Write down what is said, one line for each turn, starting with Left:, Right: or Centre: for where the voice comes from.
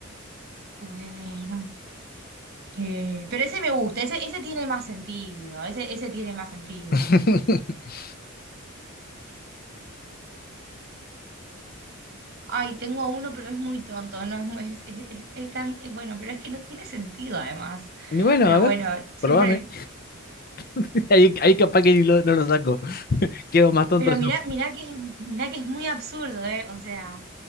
Right: Bueno, eh, pero ese me gusta, ese, ese tiene más sentido, ese, ese tiene más sentido.
Left: <laughs>
Right: Ay, tengo uno, pero es muy tonto, no es muy, es, es- es- es tan, eh, bueno, pero es que no tiene sentido además.
Left: Y bueno,
Right: Pero
Left: a ver,
Right: bueno, siempre,
Left: probame. <laughs> Ahí, ahí capaz que ni lo- no lo saco. Quedo más tonto
Right: pero
Left: yo.
Right: mirá, mirá que, mirá que es muy absurdo, ¿eh? O sea,